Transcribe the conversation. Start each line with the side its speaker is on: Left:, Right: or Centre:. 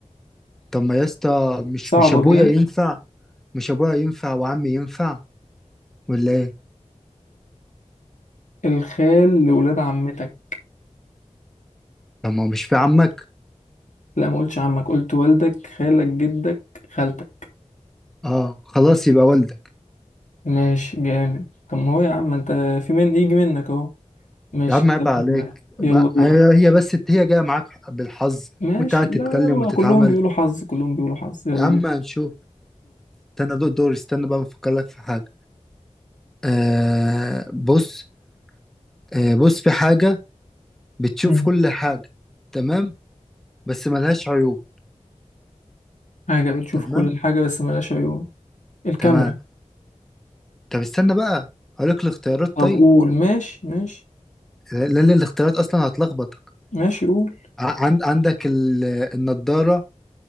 Centre: طب ما يا اسطى مش
Left: صعبة
Centre: مش ابويا
Left: دي ها
Centre: ينفع مش ابويا ينفع وعمي ينفع ولا ايه
Left: الخال لولاد عمتك
Centre: طب ما هو مش في عمك
Left: لا ما قلتش عمك قلت والدك خالك جدك خالتك
Centre: اه خلاص يبقى والدك
Left: ماشي جامد طب ما هو يا عم أنت في من يجي منك أهو ماشي
Centre: يا عم
Left: كده
Centre: عيب عليك
Left: واحد واحد يلا
Centre: ما
Left: دورك
Centre: هي هي بس هي جايه معاك بالحظ
Left: ماشي
Centre: وانت قاعد
Left: لا
Centre: تتكلم
Left: يلا
Centre: وتتعامل
Left: كلهم بيقولوا حظ كلهم بيقولوا حظ يلا
Centre: يا عم
Left: دور
Centre: هنشوف استنى دور دور استنى بقى بفكر لك في حاجة آه بص آه بص في حاجة بتشوف
Left: دورك
Centre: كل حاجة تمام بس ملهاش عيوب
Left: حاجة بتشوف
Centre: تمام
Left: كل حاجة بس ملهاش عيون الكاميرا
Centre: تمام طب استنى بقى هقول لك الاختيارات
Left: طب
Centre: طيب
Left: قول ماشي ماشي
Centre: لا- لأن الاختيارات أصلا هتلخبطك
Left: ماشي قول
Centre: ع- عن- عندك ال- النضارة